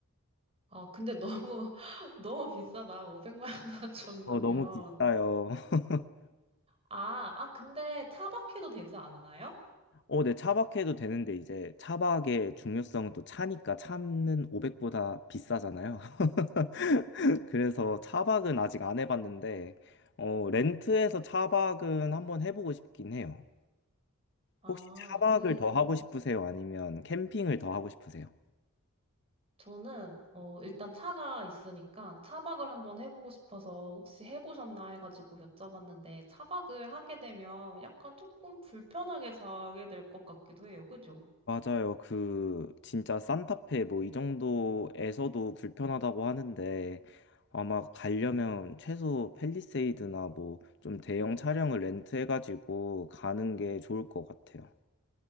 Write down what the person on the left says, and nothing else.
어, 너무 비싸요. <laughs>
어, 네, 차박해도 되는데 이제 차박의 중요성은 또 차니까 차는 500보다 비싸잖아요. <laughs> 그래서 차박은 아직 안 해봤는데 어, 렌트해서 차박은 한번 해보고 싶긴 해요.
혹시 차박을
더 하고 싶으세요? 아니면 캠핑을 더 하고 싶으세요?
맞아요. 그 진짜 산타페 뭐 이 정도에서도 불편하다고 하는데 아마 가려면 최소 팰리세이드나 뭐 좀 대형 차량을 렌트해가지고 가는 게 좋을 것 같아요.